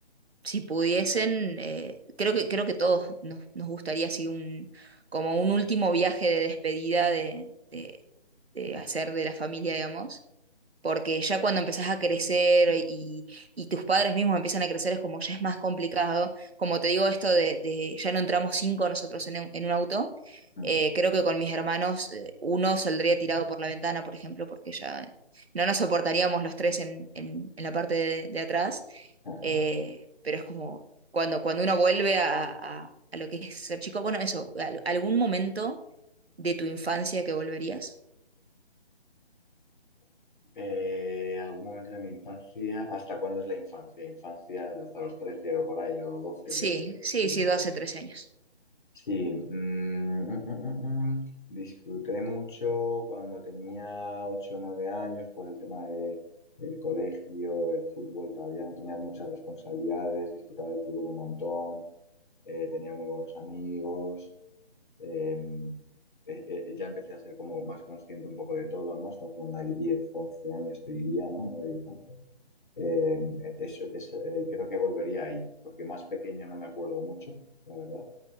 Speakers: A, on the right; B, on the left.
A: si pudiesen, eh, creo que, creo que todos nos, nos gustaría así un, como un último viaje de despedida de, de, de hacer de la familia, digamos. porque ya cuando empezás a crecer y, y tus padres mismos empiezan a crecer es como ya es más complicado. Como te digo esto de, de ya no entramos cinco nosotros en un, en un auto,
B: Mm.
A: eh, creo que con mis hermanos eh, uno saldría tirado por la ventana, por ejemplo, porque ya no nos soportaríamos los tres en, en, en la parte de, de atrás,
B: <laughs>
A: eh, pero es como cuando, cuando uno vuelve a, a, a lo que es ser chico, bueno, eso, al- algún momento de tu infancia que volverías.
B: Eh, algún momento de mi infancia, ¿hasta cuándo es la infancia? Infancia hasta los 13 o por ahí, o 12
A: Sí,
B: 13 o-
A: sí,
B: sí,
A: sí, 12,
B: bueno.
A: 13 años.
B: Sí, mm, mm, mm, mm, mm. Disfruté mucho cuando tenía 8 o 9 años por el tema de, del colegio, el fútbol, todavía no tenía muchas responsabilidades, disfrutaba del fútbol un montón, eh, tenía muy buenos amigos, Em, eh, eh, eh, ya empecé a ser como más consciente un poco de todo, ¿no? Estamos hablando de 10, 11 años, te diría, ¿no? 9, 10, 11. Eh, eso es, eh, creo que volvería ahí, porque más pequeño no me acuerdo mucho, la verdad.